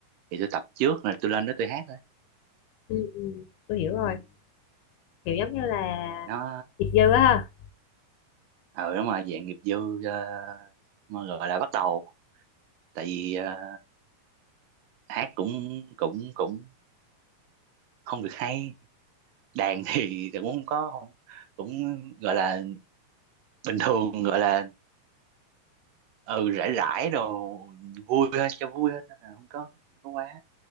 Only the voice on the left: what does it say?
Ừ, ừ. Tôi hiểu
rồi. Kiểu giống như là
Diệp Dư á ha.